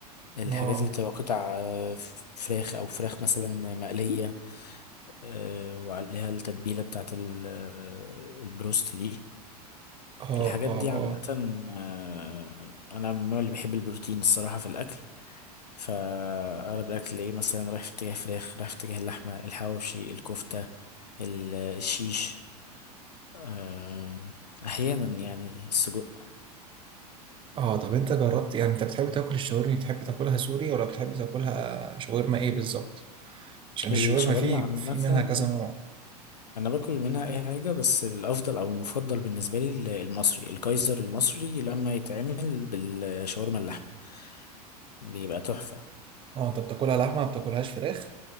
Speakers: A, on the left; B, on the right.
A: الحاجات
B: اه
A: اللي بتبقى قطع آه، ف- فراخ او فراخ مثلا مقليه آه، وعليها التتبيله بتاعت ال- آه، البروست دي
B: اه
A: الحاجات
B: اه
A: دي عامه
B: اه
A: آه، انا من النوع اللي بيحب البروتين الصراحه في الاكل فأغلب الأكل تلاقيه مثلا رايح في اتجاه فراخ رايح في اتجاه اللحمة الحواوشي الكفتة ال- الشيش آم، أحيانا يعني السجق
B: اه طب انت جربت يعني انت بتحب تاكل الشاورما بتحب تاكلها سوري ولا بتحب تاكلها شاورما ايه بالظبط عشان الشاورما
A: الشاورما
B: في
A: عامة
B: في منها كذا نوع
A: أنا باكل منها أي حاجة بس الأفضل أو المفضل بالنسبة لي ال- المصري الكايزر المصري لما يتعمل بالشاورما اللحمة بيبقى تحفة
B: اه انت بتاكلها لحمه ما بتاكلهاش فراخ